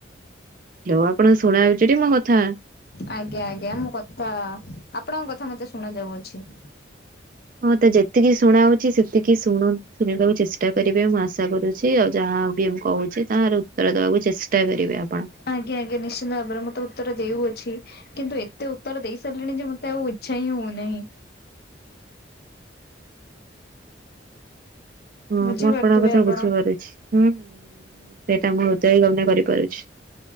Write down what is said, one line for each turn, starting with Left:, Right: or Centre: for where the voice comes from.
Right: ହାଲୋ ଆପଣଙ୍କୁ ଶୁଣା ଯାଉଚି ଟି ମୋ କଥା?
Left: ଆଜ୍ଞା ଆଜ୍ଞା ମୁଁ କଥା ଆପଣଙ୍କ କଥା ମତେ ଶୁଣାଯାଉଅଛି।
Right: ହଁ ତ ଯେତିକି ଶୁଣା ହଉଛି ସେତିକି ଶୁଣ ଶୁଣିବାକୁ ଚେଷ୍ଟା କରିବେ ମୁଁ ଆଶା କରୁ ଛି ଆଉ ଯାହା ବି ମୁଁ କହୁଛି ତାହାର ଉତ୍ତର ଦବାକୁ ଚେଷ୍ଟା କରିବେ ଆପଣ।
Left: ଆଜ୍ଞା ଆଜ୍ଞା ନିଶ୍ଚିନ୍ତ ଭାବରେ ମୁଁ ତ ଉତ୍ତର ଦେଉଅଛି। କିନ୍ତୁ ଏତେ ଉତ୍ତର ଦେଇ ସାରିଲିଣି ଯେ, ମତେ ଆଉ ଇଚ୍ଛା ହିଁ ହଉନାହିଁ।
Right: ହୁଁ ମୁଁ
Left: ବୁଝିପାରୁଥିବେ
Right: ଆପଣଙ୍କ କଥା
Left: ଆପଣ
Right: ବୁଝିପାରୁଛି ହୁଁ ସେଇଟା ମୁଁ ହୃଦୟ ଗମ୍ୟ କରିପାରୁଛି।